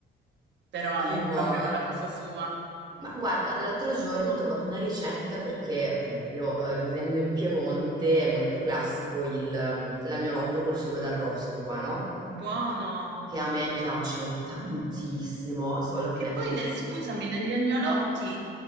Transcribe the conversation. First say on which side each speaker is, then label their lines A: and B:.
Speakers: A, on the right; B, on the right.
A: però
B: Ci
A: è
B: vuole.
A: proprio la cosa sua.
B: Ma guarda, l'altro giorno ho trovato una ricetta perché appunto io eh, vivendo in Piemonte è molto classico il, ehm, l'agnolotto col sugo d'arrosto qua, no?
A: Buono.
B: Che a me piace tantissimo, solo che
A: Che
B: eh,
A: poi, ne- scusami, negli agnolotti